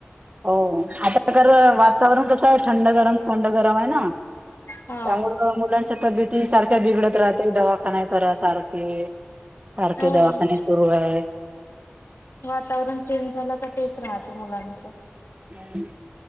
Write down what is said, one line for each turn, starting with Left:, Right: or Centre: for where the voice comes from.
Right: हो हा प्रकार वातावरण कसं आहे थंड गरम थंड गरम आहे ना.
Left: हो
Right: त्यामुळं मुलांच्या तब्येती सारख्या बिघडत राहते दवा आता नाही खरं सारखे सारखे
Left: हो.
Right: दवाखाने सुरू आहे.
Left: वातावरण चेंज झालं का तेच राहतं मुलांचं.
Right: हम